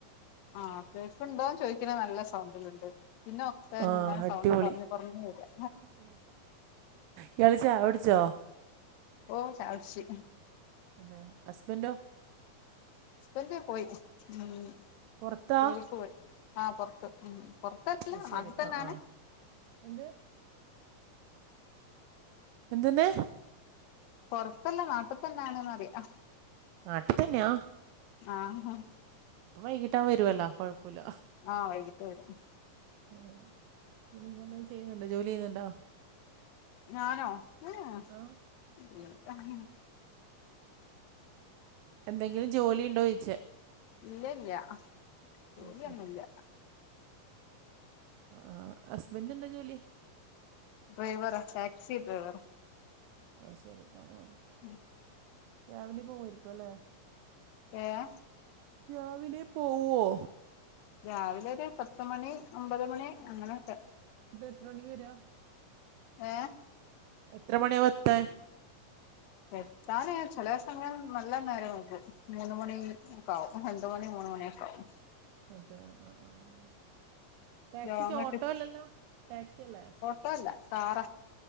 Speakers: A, on the left; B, on the right.
A: ആഹ് കേൾക്കുണ്ടോന്ന് ചോദിക്കണ നല്ല സൗണ്ടിലുണ്ട്. പിന്നെ ഒക്കെ
B: ആ
A: ഇങ്ങനെ
B: അടിപൊളി
A: സൗണ്ട് കുറഞ്ഞ് കുറഞ്ഞ വരാ
B: ഇയാൾ ചായ കുടിച്ചോ?
A: ഓ ചായ കുടിച്ചു.
B: ഏഹ് ഹസ്ബൻഡോ?
A: ഹസ്ബന്റ് പോയി ഉം
B: പുറത്താ
A: ജോലിക്ക് പോയി ആഹ് പുറത്ത് പുറത്ത- അല്ല
B: അത് ശരി
A: അടുത്തതന്നാണ്.
B: ആ ആ എന്ത്? എന്ത്‌ന്ന്?
A: പുറത്തല്ല നാട്ടിൽത്തന്നാണന്ന്റയാ.
B: നാട്ടി തന്നെയാ?
A: ആഹ് ആഹ് -
B: ഇപ്പ വൈകിട്ടാ വരുവല്ലോ കൊഴപ്പമില്ല.
A: ആഹ് വൈകിട്ട് വരും.
B: ആഹ് പിന്നെ നിങ്ങെന്തെങ്കിലും ചെയ്യുന്നുണ്ടോ ജോലി ചെയ്യുന്നുണ്ടോ?
A: ഞാനോ ഏഹ്
B: ആ
A: ഹേ
B: എന്തെങ്കിലും ജോലി ഉണ്ടോ ചോയ്ച്ച
A: ഇല്ലല്ല ജോലിയൊന്നുല്ല
B: അത് ശരി ആഹ് ഹസ്ബന്ഡ് എന്താ ജോലി?
A: ഡ്രൈവറ ടാക്സി ഡ്രൈവർ.
B: അത് ശരി ആഹ് ആഹ്
A: <inaudible>
B: രാവിലെ പോവയിരിക്കും അല്ലേ?
A: ഏഹ്
B: രാവിലെ പോവോ?
A: രാവിലെ ഒരു പത്ത്മണി അമ്പത് മണി അങ്ങനൊക്കെ
B: ദത്രമണിക്കാ വെര?
A: ഏഹ്
B: എത്ര മണിയാവുംത്താൻ?
A: എത്താന്ചെല ദിവസങ്ങളിൽ നല്ല നേരം വൈകും. മൂന്ന് മണിക്കാവും രണ്ട്മണി ന്ന്മൂണ മണിയക്കാവും
B: അതെ ആഹ് ആഹ് ടാക്സിച്ചട്ടോ
A: ലോങ്
B: അല്ലല്ലോ ടാക്സി അല്ലേ?
A: ഇപ്പല്ല കാറ